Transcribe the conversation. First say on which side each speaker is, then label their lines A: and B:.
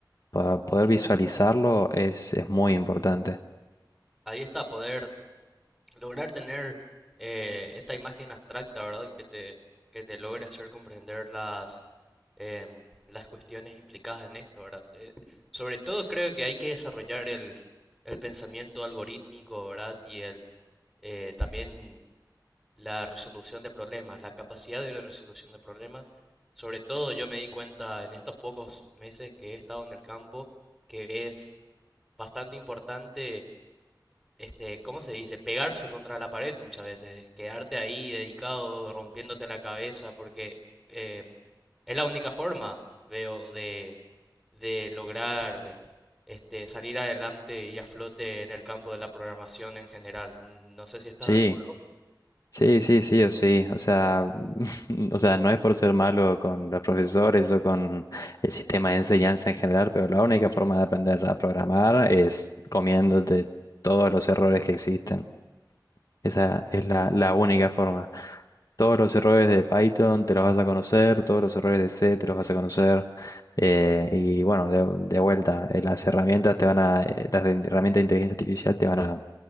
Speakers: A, on the left (about 50°); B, in the centre.
A: Para poder visualizarlo es, es muy importante.
B: ahí está, poder lograr tener eh, esta imagen abstracta, ¿verdad? Que te, que te logre hacer comprender las, em, las cuestiones implicadas en esto, ¿verdad? Eh, sobre todo creo que hay que desarrollar el, el pensamiento algorítmico, ¿verdad? Y el, eh, también la resolución de problemas, la capacidad de resolución de problemas. Sobre todo yo me di cuenta en estos pocos meses que he estado en el campo que es bastante importante, este, ¿cómo se dice? Pegarse contra la pared muchas veces, quedarte ahí dedicado, rompiéndote la cabeza, porque eh, es la única forma, veo, de, de lograr este, salir adelante y a flote en el campo de la programación en general. No sé si estás
A: Sí,
B: de acuerdo.
A: sí, sí, sí o sí. O sea, <laughs> o sea, no es por ser malo con los profesores o con el sistema de enseñanza en general, pero la única forma de aprender a programar es comiéndote todos los errores que existen. Esa es la, la única forma. Todos los errores de Python te los vas a conocer, todos los errores de C te los vas a conocer. eh, y bueno, de, de vuelta, eh, las herramientas te van a, eh, las de- herramientas de inteligencia artificial te van a